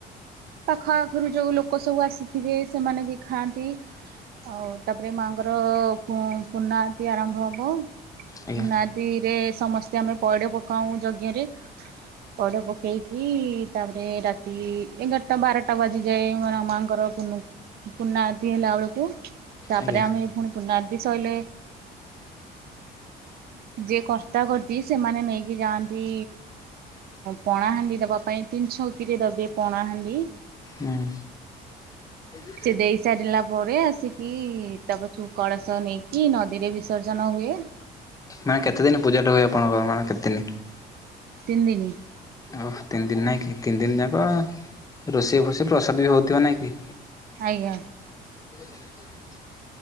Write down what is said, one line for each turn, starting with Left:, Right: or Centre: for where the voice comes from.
Right: ପାଖ ଆଖୁରୁ ଯୋଉ ଲୋକ ସବୁ ଆସିଥିବେ, ସେମାନେ ବି ଖାଆନ୍ତି। ଆଉ ତାପରେ ମାଆଙ୍କର ପୁଁ ପୂର୍ଣ୍ଣାହୁତି ଆରମ୍ଭ ହବ।
Left: ଆଜ୍ଞା
Right: ପୂର୍ଣ୍ଣାହୁତିରେ ସମସ୍ତେ ଆମେ ପଇଡ ପକାଉ ଯଜ୍ଞରେ। ପଇଡ଼ ପକେଇକି, ତାପରେ ରାତି ଏଗାରଟା ବାରଟା ବାଜିଯାଏ ଆମର ମାଆଙ୍କର ପୂ ପୂର୍ଣ୍ଣାହୁତି ହେଲା ବେଳକୁ, ତାପରେ
Left: ଆଜ୍ଞା
Right: ଆମେ ଫୁଣି ପୂର୍ଣ୍ଣାହୁତି ସଇଲେ ଯିଏ କର୍ତ୍ତା କର୍ତ୍ତି ସେମାନେ ନେଇକି ଯାଆନ୍ତି ପଣାହାଣ୍ଡି ଦବା ପାଇଁ, ତିନି ଛକିରେ ଦେବେ ପଣାହାଣ୍ଡି।
Left: ହୁଁ। <unintelligible>
Right: ସେ ଦେଇ ସାରିଲା ପରେ, ଆସିକି ତା ପଛୁକୁ କଳସ ନେଇକି ନଦୀରେ ବିସର୍ଜନ ହୁଏ।
Left: ମାନେ କେତେ ଦିନ ପୂଜାଟା ହୁଏ, ଆପଣଙ୍କର କେତେ ଦିନ?
Right: ତିନିଦିନି।
Left: ଓ ତିନି ଦିନ ନାହିଁ କି, ତିନି ଦିନ ଯାକ ରୋଷେଇ ଫୋସେଇ ପ୍ରସାଦ ବି ହଉଥିବ ନାଇଁ କି?
Right: ଆଜ୍ଞା।
Left: <unintelligible>